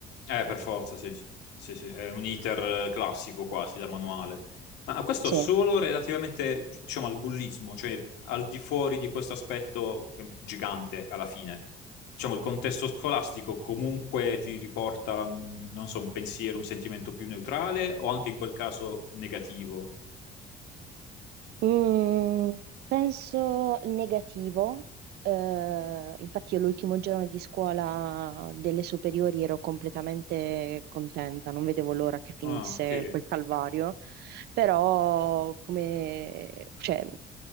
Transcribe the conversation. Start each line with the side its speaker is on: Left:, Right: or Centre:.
Left: Eh, per forza, sì, sì, sì, sì, è un iter eh, classico quasi da manuale. Ma questo
Right: Sì.
Left: solo relativamente, diciamo, al bullismo, cioè al di fuori di questo aspetto eh, gigante alla fine. Diciamo, il contesto scolastico comunque ti riporta, mh, non so, un pensiero, un sentimento più neutrale o anche in quel caso negativo.
Right: Mm, penso negativo. Eh, infatti, io l'ultimo giorno di scuola delle superiori ero completamente contenta, non vedevo l'ora che finisse
Left: Ah, ok.
Right: quel calvario, però come, cioè,